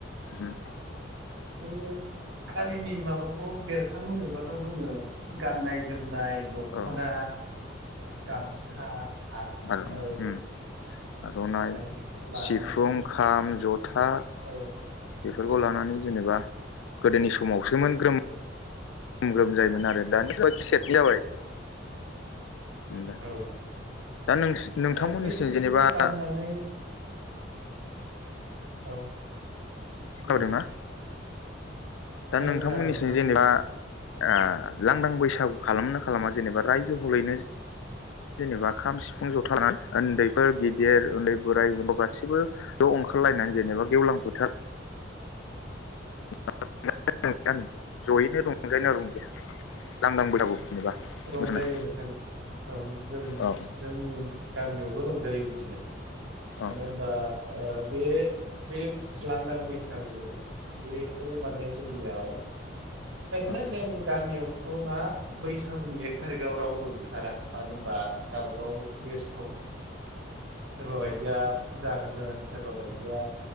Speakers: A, on the left (about 80°); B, on the right (about 85°).
A: उम
B: जोंनि हारिनि माबाखौ बेरखांहोबाथ' जोङो गाननाय जोमनाय दख
A: औ
B: ख'ना गामसा आ
A: आरो
B: औ!
A: उम आर'नाइ
B: बेफोरखौ लानानैसो
A: सिफुं
B: जोङो
A: खाम जथा बेफोरखौ
B: औ
A: लानानै जों जेनेबा गोदोनि समावसोमोन ग्रोम ग्रोम ग्रोम जायोमोन आरो दानि खिसेट जाबाय। दा
B: औ
A: दा नोंसि नोंथांमोननिसिम
B: दा बैफोरखौ
A: जेनेबा
B: गाननानै
A: औ
B: औ। बुंलाय
A: खोनादों ना? दा नोंथांमोननिसिम
B: ओं खोनादों नोंथां
A: जेनेबा
B: बुंलाय
A: ओ लांदां बैसागु खालाम ना खालामा जेनेबा रायजो हलैनो जेनेबा खाम सिफुं जथानानै उन्दैफोर गिदिर उन्दै बोराइ गासैबोल' ओंखारलायनानै जेनेबा गेवलां फोथार <inaudible>
B: रंजायो
A: मोसानाय
B: नोंथां जों
A: औ
B: जोंनि गामियावबो रंजायो बिदिनो मानो
A: औ
B: होनबा बे बे लांदां बैसागो बेथ' माने जोंनियाव ओरैनो
A: औ
B: जों जोंनियावथ' मा बैसागुनि एक थारिकआव रावबो ओंखारा मानो होनबा गावबागाव बेस्थ' सोरबा बायदिया फुजा होगोन सोरबा बायदिया